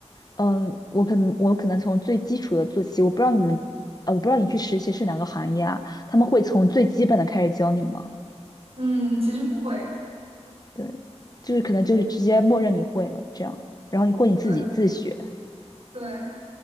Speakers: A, on the left; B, on the right.
A: 嗯，我可能我可能从最基础的做起，我不知道你们，啊，我不知道你去实习是哪个行业啊，他们会从最基本的开始教你吗？
B: 嗯，其实不会，
A: 对，就是可能就是直接默认你会了这样，然后你或你自己自学，
B: 对对，